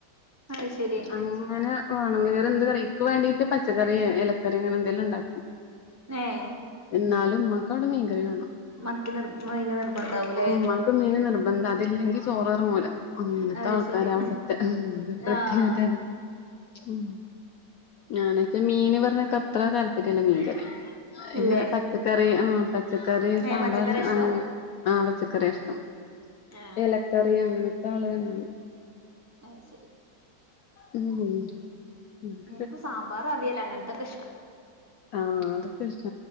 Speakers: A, on the right (about 20°); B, on the left (about 75°).
A: അത് ശരി
B: അങ്ങനെ വേണം വേറെന്ത് കറി ക്ക്‌ വേണ്ടീട്ട് പച്ചക്കറി കു ഇലക്കറി അങ്ങനെ എന്തെല്ലാം ഉണ്ടാക്കും
A: ഏഹ്
B: എന്നാലും ഉമ്മക്ക്വുടെ മീൻകറി വേണം
A: മത്തി നിർ മീന് നിർബന്ധാവൂലേ
B: ഉമ്മാക്ക് മീന് നിർബന്ധ അല്ലെങ്കിൽ ചോററങ്ങൂല അങ്ങനത്തെ
A: അത്
B: ആൾക്കാര
A: ശരി
B: അവിടുത്തെ പ്രത്യേകതല്ല
A: ആഹ്
B: ഉ ഞാനച്ച മീന് പറഞ്ഞക്കെ അത്ര താല്പര്യല്ല മീൻകറി ഇങ്ങനെ
A: ഇല്ലേ
B: പച്ചക്കറി ആ പച്ചക്കറി സാമ്പാർ
A: ഏ പച്ചക്കറി ഇഷ്ടോ
B: അങ്ങനെ ആഹ് പച്ചക്കറി ഇഷ്ടം
A: ആഹ്
B: ഇലക്കറി അങ്ങനെ ആളനാണ്
A: അത് ശരി
B: അക്ക് ഉ
A: എനിക്ക് സാമ്പാറും അവിയല അങ്ങനത്തൊക്കെ ഇഷ്ടം
B: ആഹ അതൊക്കെ ഇഷ്ട